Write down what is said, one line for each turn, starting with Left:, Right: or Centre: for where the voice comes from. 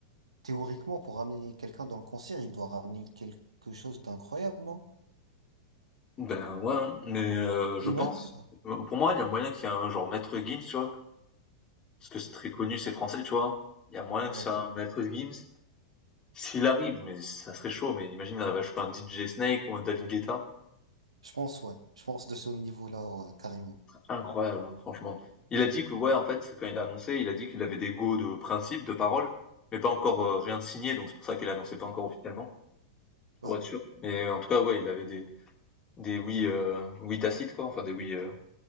Right: Théoriquement, pour ramener quelqu'un dans le concert, il doit ramener quelque chose d'incroyable, non?
Left: Ben ouais, hein. mais euh, je
Right: Imagine?
Left: pense. Pour moi, il y a moyen qu'il y ait un genre Maître Gims, tu vois, Parce que c'est très connu, c'est
Right: Ouais.
Left: français, tu vois? Il y a moyen
Right: Ouais.
Left: que ça,
Right: Ouais.
Left: Maître Gims. S'il arrive, mais ça serait chaud, mais imagine, il arrive à choper un DJ Snake ou un David Guetta.
Right: Je pense, ouais. Je pense de ce niveau-là, ouais, carrément.
Left: Incroyable, hein, franchement. Il a dit que, ouais, en fait, quand il a annoncé, il a dit qu'il avait des go de principe, de parole, mais pas encore euh, rien de signé, donc c'est pour ça qu'il annoncé pas encore officiellement, pour
Right: Ouais.
Left: être sûr. Mais euh, en tout cas, ouais, il avait des, des oui, euh, oui tacites, quoi, enfin des oui, euh,